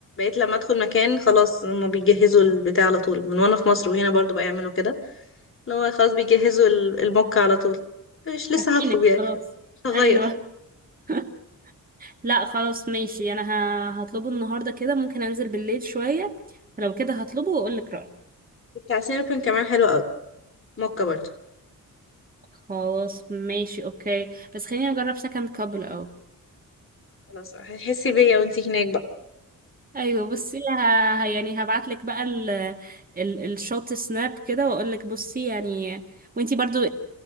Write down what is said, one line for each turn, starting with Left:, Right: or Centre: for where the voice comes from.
Left: لما ادخل مكان خلاص هما بيجهزوا البتاع على طول من وانا في مصر وهنا برضو بيعملوا كده اللي هو خلاص بيجهزوا ال- الموكا على طول مش لسه
Right: عارفينك
Left: هطلب يعني
Right: خلاص
Left: مش هغير
Right: ايوه <laughs> لا خلاص ماشي انا ه- هطلبه النهاردة كده ممكن انزل بالليل شوية لو كده هطلبه واقول لك رأيي
Left: بتاع سينابون كمان حلو قوي موكا برضو
Right: خلاص ماشي اوكي بس خليني اجرب سكند كاب الاول
Left: خلاص هتحسي بيا وانتي هناك بقى.
Right: ايوه بصي ه... ه- يعني هبعت لك بقى ال... ال... الشوت سناب كده واقول لك بصي يعني وانتي برضو